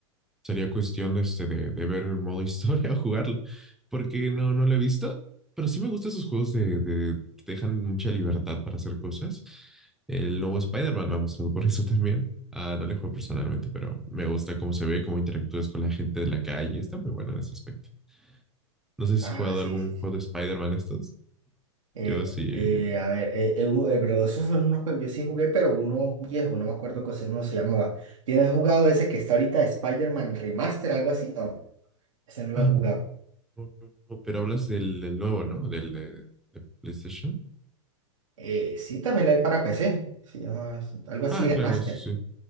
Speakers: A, in the centre; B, on the right.
A: Sería cuestión de, este, de, de ver el modo <laughs> historia o jugarlo, porque no, no lo he visto, pero sí me gustan esos juegos de, de- que te dejan mucha libertad para hacer cosas. El nuevo Spider-Man me ha gustado por eso también. Ah, no le juego personalmente, pero me gusta cómo se ve, cómo interactúas con la gente de la calle. Está muy buena en ese aspecto. No sé si
B: Ah,
A: has jugado
B: sí,
A: algún
B: sí.
A: juego
B: sí.
A: de Spider-Man estos.
B: Eh,
A: Yo sí.
B: eh, a ver, eh, eh, u- eh, pero esos son unos juegos, yo sí jugué, pero uno viejo, no me acuerdo cómo se cómo se llamaba. ¿Tienes jugado ese que está ahorita Spider-Man Remaster, algo así? No, ese no lo
A: Ah,
B: he jugado.
A: no, no, no. no, Pero hablas del, del nuevo, ¿no? Del de, de PlayStation.
B: Eh, sí, también lo hay para PC, se llama algo así
A: Ah, claro,
B: Remaster.
A: eso sí.